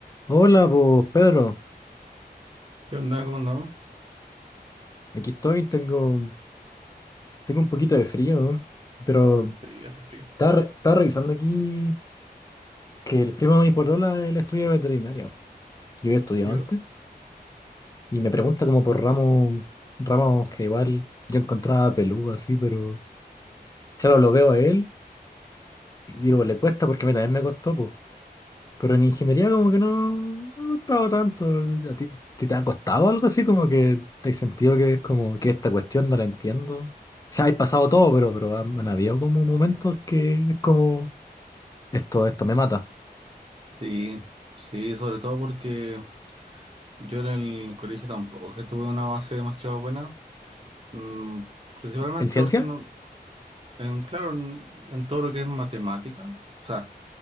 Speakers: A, on the left (about 20°); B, on the right (about 35°).
A: Hola, pues Pedro,
B: ¿Qué onda? ¿Cómo andamos?
A: aquí estoy, tengo, tengo un poquito de frío, ¿no? Pero
B: Y hace frío.
A: estaba, re- estaba revisando aquí que el primo de mi polola él estudia veterinaria. po. Yo había estudiado
B: Yo.
A: antes y me pregunta como por ramos, ramos que igual yo encontraba peludo así, pero claro, lo veo a él y digo, le cuesta porque a mí también me costó, Pero en ingeniería como que no no me gustaba tanto. ¿A ti, ti te ha costado algo así? Como que te has sentido que es como que esta cuestión no la entiendo. O sea, hay pasado todo, pero, pero han, han habido como momentos que es como esto, esto me mata.
B: Sí, sí, sobre todo porque yo en el colegio tampoco que tuve una base demasiado buena, mm, principalmente
A: ¿En ciencia?
B: porque no, en, claro, en, en todo lo que es matemática, o sea,